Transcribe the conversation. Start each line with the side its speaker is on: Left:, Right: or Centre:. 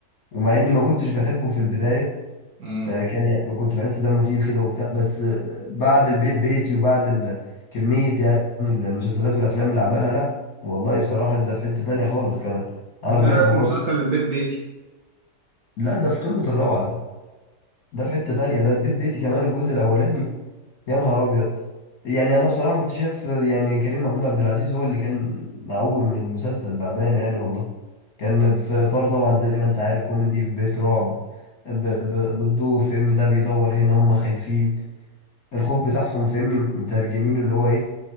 Left: ومع اني ما كنتش بحبه في البداية
Right: مم.
Left: آه، كان يعني وكنت بحس دمه تقيل كده وبتاع بس آه، بعد البيت بيتي وبعد ال- كمية يعني المسلسلات والأفلام اللي عملها لا والله بصراحة ده في حتة تانية خالص كمان أنا
Right: انت
Left: بحبه
Right: إيه رايك في
Left: برضو
Right: مسلسل البيت بيتي
Left: لا ده في قمة الروعة ده ده في حتة تانية ده البيت بيتي كمان الجزء الأولاني يا نهار أبيض يعني أنا بصراحة كنت شايف آه، يعني كريم محمود عبد العزيز هو اللي كان مقوم المسلسل بأمانة يعني والله كان في إطار طبعا زي ما أنت عارف كوميدي في بيت رعب ب- ب- بتدور فاهمني ده بيدور هنا هم خايفين الخوف بتاعهم فاهمني مترجمينه اللي هو ايه